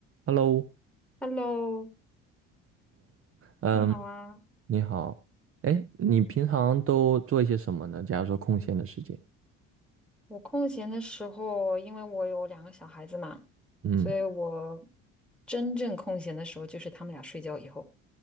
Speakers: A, on the right; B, in the centre.
A: Hello，Hello，
B: Hello，
A: 嗯，
B: 你好啊！
A: 你好，哎，你平常都做一些什么呢？假如说空闲的时间，
B: 我空闲的时候，因为我有两个小孩子嘛，
A: 嗯
B: 所以我真正空闲的时候就是他们俩睡觉以后，